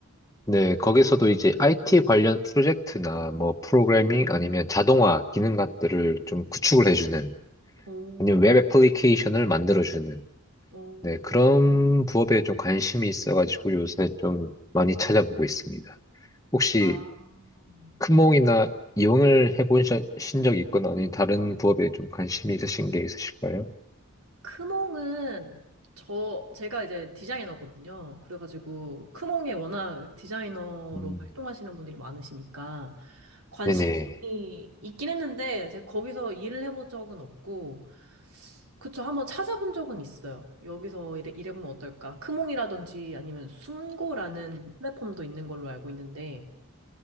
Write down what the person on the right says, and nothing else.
오,
오,
아.
크몽은 저 제가 이제 디자이너거든요. 그래가지고 크몽에 워낙 디자이너로
활동하시는 분들이 많으시니까 관심이
있긴 했는데 제가 거기서 일을 해본 적은 없고 그쵸 한번 찾아본 적은 있어요. 여기서 일해, 일해보면 어떨까? 크몽이라든지 아니면 순고라는 플랫폼도 있는 걸로 알고 있는데